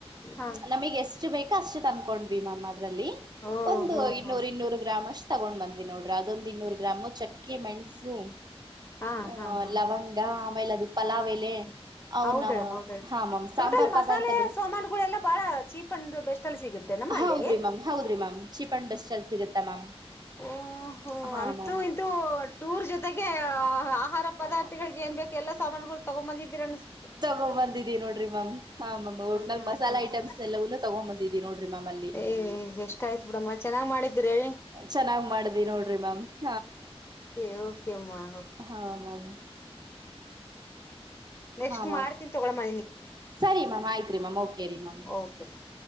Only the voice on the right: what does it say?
ನಮಗ್ ಎಷ್ಟು ಬೇಕ ಾಸ ತಾನಕೊಂಡವಿೀ ಮಾಮಾ
ಒಂದು
ಇನ್ನೂರು
ಇನ್ನೂರು ಗ್ರಾಮ ಅಷ್ಟ ತಗೊಂಡ್ ಬಂದ್ವಿ ನೋಡ್ರಿ ಅದೊಂದ್ ಇನ್ನೂರ್ ಗ್ರಾಮು ಚಕ್ಕೆ ಮೆಣ್ಸು
ಹ್ಮ
ಲವಂಗ ಮ ಅದು ಪಲಾವೇಲೆ ಅವ
ನಾವ್
ಹ ಮ್ಯಾಮ್ ಸಾಂಬಾರ್
ಪದಾರ್ಥಗಳು
ಹೌದ್ರ ಮ್ಯಾಮ್ ಹೌದ್ರಿ ಮ್ಯಾಮ್ ಚಿಪಂಡ್ ಬೆಸ್ಟ್ ಸಿಗತ್ತೆ ಮ್ಯಾಮ್.
ಹಾ
ಮ್ಯಾಮ್
ತಗೊ ಬಂದಿದಿವ ನೋಡಿ ಅ್ರರಿಮಂ ಹಾ ಮ್ಯಾಮ್ ಒಟ್ ನಲ್
ಮಸಾಲೆ
ಐಟಮ್ಸ್
ಎಲ್ಲವನ್ನು ತಗೊಂಡ್ ಬಂದಿದಿ ನೋಡ್ರಿ ಮ್ಯಾಮ್ ಅಲ್ಲಿ
ಚೆನ್ನಾಗ್ ಮಾಡ್ದಿ ನೋಡ್ರಿ ಪ್ರಮ್.. <inaudible>
ಹಾ ಮ್ಯಾಮ್
ಹಾ ಮ್ಯಾಮ್
ಸರಿ ಮ್ಯಾಮ್ ಆಯ್ತ್ ರರಿ ಮ್ಯಾಮ್ ಕೆ ರೀ ಮ್ಯಾಮ್